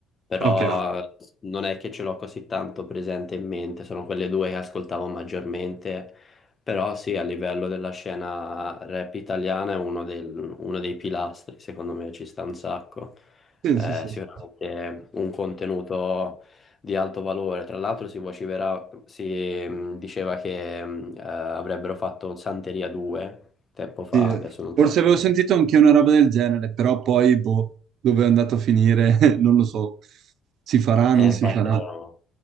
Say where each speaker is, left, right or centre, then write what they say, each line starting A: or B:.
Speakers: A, on the left (about 35°); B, on the right (about 60°).
A: Però
B: ok.
A: non è che ce l'ho così tanto presente in mente, sono quelle due che ascoltavo maggiormente però sì, a livello della scena rap italiana è uno, del- uno dei pilastri, secondo me ci sta un sacco.
B: Sì,
A: Eh,
B: sì, sì.
A: sicuramente un contenuto di alto valore. Tra l'altro si vocifera- si mh, diceva che mh, eh, avrebbero fatto Santeria 2 tempo fa,
B: Sì,
A: adesso non
B: forse
A: so se...
B: avevo sentito anche una roba del genere, però poi, boh, dove è andato a finire, <laughs> non lo so. Si farà,
A: Eh,
B: non
A: infatti
B: si farà.
A: erano,